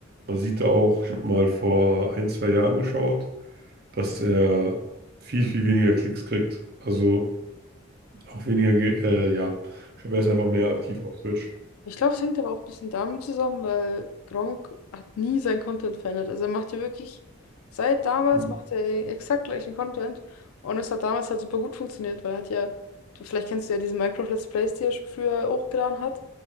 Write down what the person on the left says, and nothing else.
Ich glaube, es hängt aber auch ein bisschen damit zusammen, weil Gronkh hat nie seinen Content verändert. Also er macht ja wirklich, seit damals
macht er den exakt gleichen Content und es hat damals halt super gut funktioniert, weil er hat ja, du, vielleicht kennst du ja diese Minecraft-Let's Plays, die er sch- früher hochgeladen hat.